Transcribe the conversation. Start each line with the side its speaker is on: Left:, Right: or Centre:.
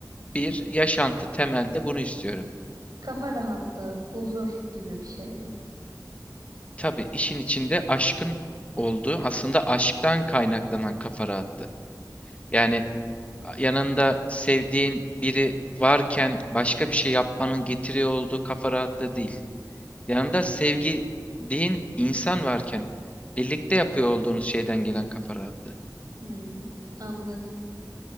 Left: bir yaşantı. Temelde bunu istiyorum.
Right: Kafa rahatlığı, huzur gibi bir şey mi?
Left: Tabii işin içinde aşkın olduğu aslında aşktan kaynaklanan kafa rahattı. Yani yanında sevdiğin biri varken başka bir şey yapmanın getiriyor olduğu kafa rahatlığı değil. Yanında sevdiğin insan varken birlikte yapıyor olduğunuz şeyden gelen kafa rahatlığı.
Right: Hmm, anladım.